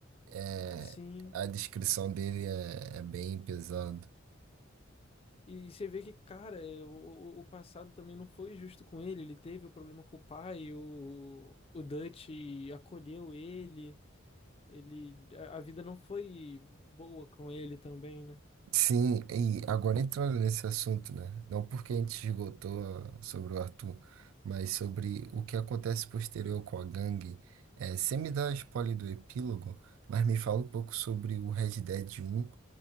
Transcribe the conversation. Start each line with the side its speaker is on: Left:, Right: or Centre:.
Right: É,
Left: Sim.
Right: a descrição dele é, é bem pesada.
Left: E você vê que, cara, é, o, o o passado também não foi justo com ele. Ele teve o problema com o pai, o, o Dutch acolheu ele, ele, a, a vida não foi boa com ele também, né?
Right: Sim, e agora entrando nesse assunto, né? Não porque a gente esgotou ah, sobre o Arthur, mas sobre o que acontece posterior com a gangue. É, você me dá spoiler do epílogo, mas me fala um pouco sobre o Red Dead um